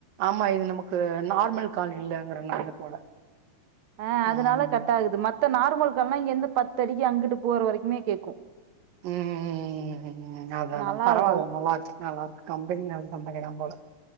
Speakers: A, on the right; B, on the right.
A: ஆமா இது நமக்கு நார்மல் கால் இல்லங்கறனால போல
B: ஆ
A: ம்
B: அதனால கட் ஆகுது மத்த நார்மல் கால்லா இங்கெந்து பத் அடிக்கி அங்குட்டு போற் வரைக்குமே கேக்கு
A: ம் ம் ம் ம்ம் அதாலாம்
B: நல்லா
A: பரவால்ல
B: இருக்கு
A: நம்ம வாட் நல்லார்க்கு கம்பெனி நல் கம்பெனிதா போல